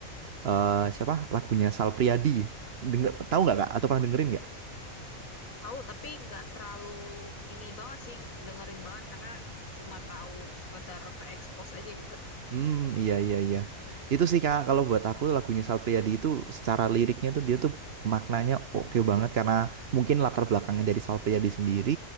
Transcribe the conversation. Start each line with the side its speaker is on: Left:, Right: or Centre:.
Right: eh siapa? Lagunya Sal Priadi. Dengar tahu nggak Kak? Atau pernah dengerin nggak?
Left: Tahu, tapi nggak terlalu ini banget sih, dengerin banget karena cuma tahu sekedar ke expose aja gitu.
Right: Hmm, iya iya iya. Itu sih Kak, kalau buat aku lagunya Sal Priadi itu secara liriknya tuh dia tuh maknanya oke banget karena mungkin latar belakangnya dari Sal Priadi sendiri,